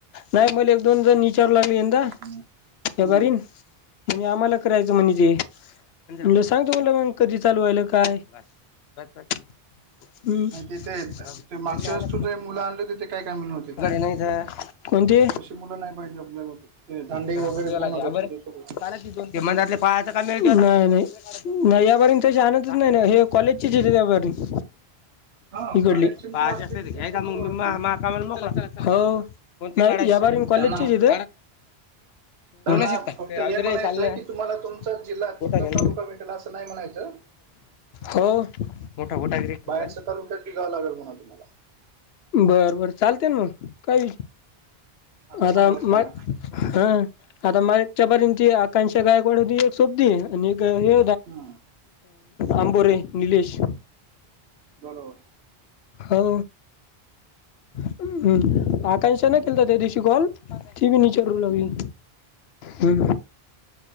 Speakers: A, on the left; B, on the right.
A: नाही मला एक दोन जण निचारू लागले यंदा
B: हम्म
A: या करीन म्हणजे आम्हाला करायचं म्हण तेे सांगतो म्हटला मग कधी चालू वहिलं काय बस ब हम्
B: नाही ते ते ते मागच्या
A: आला
B: वेळेस तुझे मुलं आणले होते ते काय कामी होते
A: ना अ कोणती
B: तशी मुलं नाही पाहिजे आपल्याला ते. ते दांडे
A: खराबे
B: वगैरे कोण होता
A: बर
B: तुझ्यासोबत
A: दोन ती मणातले पाहायता काळ नाही नाही यापर्यंत श आणतच नाही ना हे कॉलेजचेच त्यापर्यंत
B: हा
A: ह करडली
B: कॉलेजची
A: बाज
B: मुलं असले
A: असस्ते
B: की कसं
A: हग आ म
B: बरं वाटते
A: मम म हो या कॉलेजचथ
B: त्यांना त्यांना
A: शदरी
B: फक्त हे म्हणायचं
A: चालठ
B: की तुम्हाला तुमचा जिल्हा
A: मोठा
B: तुमचा
A: घ
B: तालुका भेटेल असं नाही म्हणायचं
A: हो मोठा मोठा ग ठोकाल
B: बाहेरच्या तालुक्यात जावं लागेल म्हणा तुम्हाला
A: बरं बर चालते ना मग काही
B: असं सांगायचं
A: आता म
B: त्यांना
A: हा आता म एकच्यापारीची आकांक्षा गायकवाड होती एक सोबदी आणि हे
B: हम्म,
A: अंबोरे निलेश
B: बरोबर
A: हो हम्म आकांक्षा न केलतात ते दिश कल त ब निच रू लागली ह